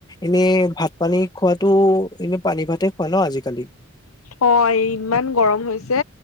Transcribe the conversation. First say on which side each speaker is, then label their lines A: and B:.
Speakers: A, on the left; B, on the left.
A: এনেই ভাত পানী খোৱাতো এনে পানী ভাতে খোৱা ন আজিকালি।
B: অ ইমান গৰম হৈছে